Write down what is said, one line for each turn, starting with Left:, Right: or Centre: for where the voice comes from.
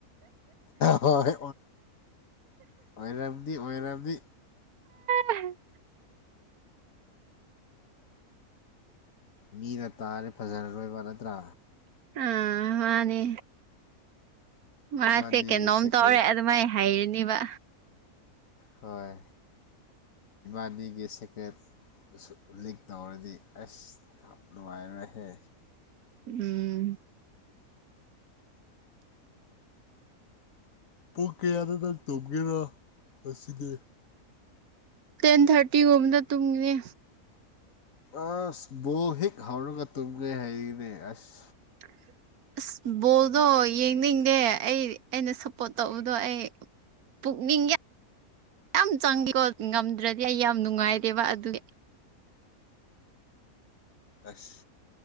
Left: ꯍꯣꯏ ꯑꯣꯏꯔꯝꯗꯤ ꯑꯣꯏꯔꯕꯔꯕꯗꯤ
Right: ꯎꯝ
Left: ꯃꯤꯅ ꯇꯥꯔꯦ ꯐꯖꯔꯔꯣꯏꯕ ꯅꯠꯇ꯭ꯔꯥ
Right: ꯑꯥ ꯃꯥꯅꯦ ꯃꯥꯁꯦ
Left: ꯏꯕꯥꯅꯤꯒꯤ
Right: ꯀꯩꯅꯣꯝ
Left: ꯁꯦꯀ꯭ꯔꯦꯠ
Right: ꯇꯧꯔꯦ ꯑꯗꯨꯃꯥꯏꯅ ꯍꯩꯔꯅꯤꯕ
Left: ꯍꯣꯏ ꯏꯅꯤꯒꯤ ꯀꯦꯠ ꯂꯤꯛ ꯇꯧꯔꯗꯤ ꯑꯁ ꯅꯨꯡꯉꯥꯏꯔꯣꯏꯍꯦ
Right: ꯎꯝ
Left: ꯄꯣꯛꯀꯦꯌꯥꯗ ꯅꯪ ꯇꯧꯒꯦꯔꯣ ꯑꯁꯤꯗꯤ
Right: ꯇꯦꯟ ꯊꯥꯔꯇꯤꯒꯨꯝꯕꯗ ꯇꯨꯝꯒꯦ
Left: ꯑꯁ ꯕꯣꯛ ꯍꯤꯦꯛ ꯍꯧꯔꯒ ꯇꯨꯝꯒꯦ ꯍꯥꯏꯔꯤꯅꯦ ꯑꯁ
Right: ꯎꯝ ꯑꯁ ꯕꯣꯜꯗꯣ ꯌꯦꯡꯅꯤꯡꯗꯦ ꯑꯩ ꯑꯩꯅ ꯁꯞꯄꯣꯔꯠ ꯇꯧꯕꯗꯣ ꯑꯩ ꯄꯨꯅꯤꯡꯒ ꯌꯥꯝ ꯆꯪꯉꯀꯣ ꯉꯝꯗ꯭ꯔꯗꯤ ꯑꯩ ꯌꯥꯝ ꯅꯨꯡꯉꯥꯏꯗꯦꯕ ꯑꯗꯨꯗꯤ
Left: ꯑꯁ